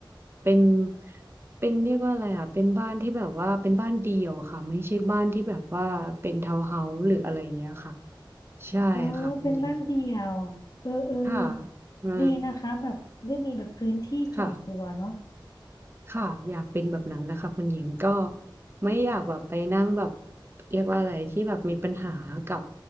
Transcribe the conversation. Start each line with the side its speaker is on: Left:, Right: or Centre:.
Right: เป็นเป็นเรียกว่าอะไรอ่ะเป็นบ้านที่แบบว่าเป็นบ้านเดี่ยวค่ะไม่ใช่บ้านที่แบบว่าเป็นทาวน์เฮาส์หรืออะไรอย่างเงี้ยค่ะใช่ค่ะคุณหญิง
Left: อ๋อเป็นบ้านเดียวเออเออ
Right: ค่ะเออ
Left: ดีนะคะแบบได้มีแบบพื้นที่ส่วนตัวเนาะ
Right: ค่ะ ค่ะอยากเป็นแบบนั้นแหละค่ะคุณหญิงก็ไม่อยากแบบไปนั่งแบบเรียกว่าอะไรที่แบบมีปัญหากับ